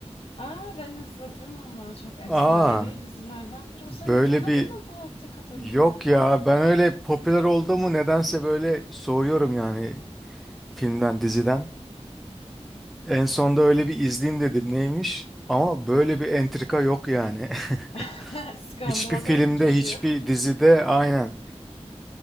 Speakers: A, on the left (about 60°); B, in the centre.
A: Aa ben izledim onu. Çok efsanevi
B: Aa
A: dizilerden biri. O
B: böyle
A: sen izlemedin
B: bir
A: mi bu vakte kadar
B: yok
A: onu ya?
B: ya ben öyle popüler oldu mu nedense böyle soğuyorum yani filmden diziden. En sonda öyle bir izleyeyim dedim neymiş ama böyle bir entrika yok yani. <laughs>
A: <laughs> Skandallar
B: Hiçbir filmde,
A: uçuşuyor.
B: hiçbir dizide aynen